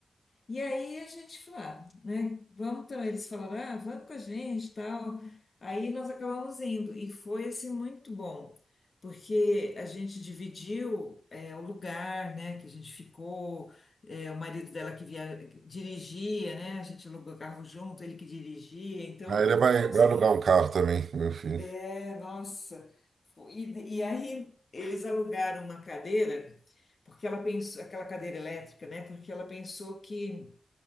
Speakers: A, on the left; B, on the right.
A: E aí a gente falou, ah, né? Vamos também. Eles falaram, ah, vamos com a gente, tal. Aí nós acabamos indo e foi assim muito bom, porque a gente dividiu é, o lugar, né? Que a gente ficou. é, o marido dela que via, dirigia, né? A gente alugou carro junto, ele que dirigia. Então,
B: Aí ele vai,
A: nossa,
B: vai alugar um carro também, meu filho.
A: é, nossa. Foi- E, e aí eles alugaram uma cadeira, porque ela pensou, aquela cadeira elétrica, né? Porque ela pensou que